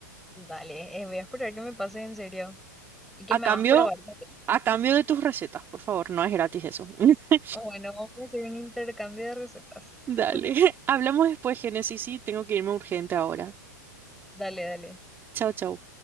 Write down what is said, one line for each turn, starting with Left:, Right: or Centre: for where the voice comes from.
Centre: Dale, eh, voy a esperar que me pase en serio y que
Right: A
Centre: me
Right: cambio,
Centre: hagas probar también.
Right: a cambio de tus recetas, por favor, no es gratis eso. <laughs>
Centre: Bueno, vamos a hacer un intercambio de recetas.
Right: Dale.
Centre: <laughs>
Right: <laughs> Hablamos después, Génesis, sí, tengo que irme urgente ahora.
Centre: Dale, dale.
Right: Chao, chao.